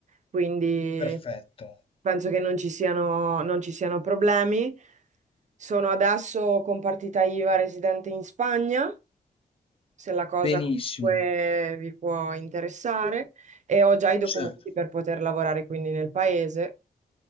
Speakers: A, on the right; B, on the left.
A: quindi
B: Perfetto,
A: penso che non ci siano, non ci siano problemi. Sono adesso con partita IVA residente in Spagna, se la cosa
B: benissimo.
A: comunque vi può interessare, e ho già i documenti
B: Certo.
A: per poter lavorare quindi nel paese.